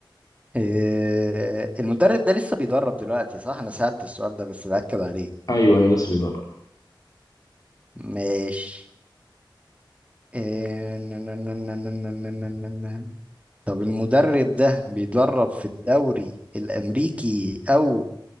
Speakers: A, on the right; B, on the left.
A: إيه، المدرب ده لسه بيدرب دلوقتي صح؟ أنا سألت السؤال ده بس بأكد عليه
B: ايوه ايوه لسه بيدرب
A: ماشي إيه، ن- ن- ن- ن- ن- ن- ن- ن- ن- ن- طب المدرب ده بيدرب في الدوري الأمريكي أو